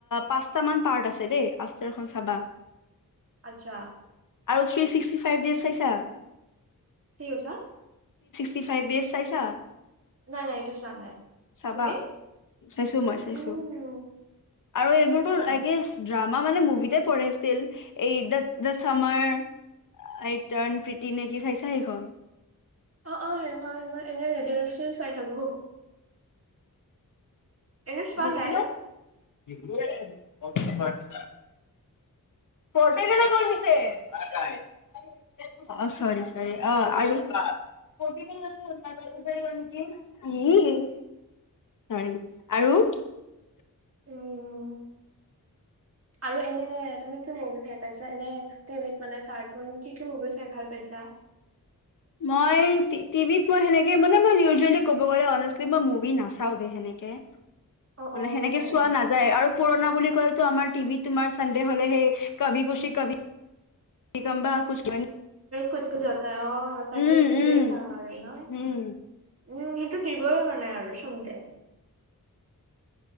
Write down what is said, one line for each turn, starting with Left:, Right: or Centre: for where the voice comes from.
Left: পাঁচটা মান পাৰ আছে দে আফ আফটাৰখন চাবা
Right: আচ্ছা
Left: আৰু চি চিং ফিফটি ফাইভ ডেইচ চাইছা?
Right: কি কৈছা?
Left: ফিফ্টী ফাইভ চাইছা? <inaudible>
Right: নাই নাই এইটো চোৱা নাই
Left: চাবা।
Right: তুমি
Left: চাইছোঁ মই চাইছোঁ
Right: উম
Left: আৰু এইবোৰতো
Right: অ
Left: আই গেচ্ একে ড্ৰামা মানে মুভিতে পঢ়ছিল এই দা দা চামাৰ আই ট্ৰাণ প্ৰীতি নেকি চাইছা সেইখন?
Right: অ অ সেইখন সেইখন এনেই ৰিলচ্' চিলচ্ চাই থাকো, হ'ব এনে চোৱা
Left: গ'লদিনত
Right: নাই?
Left: <inaudible> পৰ্ছে অ' চৰি চৰি অ' আৰু ই চৰি আৰু
Right: উম। আৰু এনে তুমি কি মুভি চাই পাইছা? এনে টিভিত মানে কাৰ্টুন কি, কি মুভি চাই ভাল পাইছা?
Left: মই টিভিত মই সেনেকে মানে মই ইউজেলি ক'ব গ'লে মই অনেষ্টলী মুভি নাচাওঁ দেই সেনেকে।
Right: অ
Left: মানে
Right: অ
Left: সেনেকে চোৱা নাযায়, আৰু পুৰণা বুলি ক'লেতো আমাৰ টিভিত তোমাৰ চানডে হ'লে হেই কভি খুছি কভি <unintelligible>
Right: কোচ কোচ হতা হে অ', তাকে
Left: উম
Right: হেইটোয়ে
Left: উম
Right: চাওঁ আৰু ন।
Left: উম
Right: <unintelligible> দিবই মানে আৰু চান দে।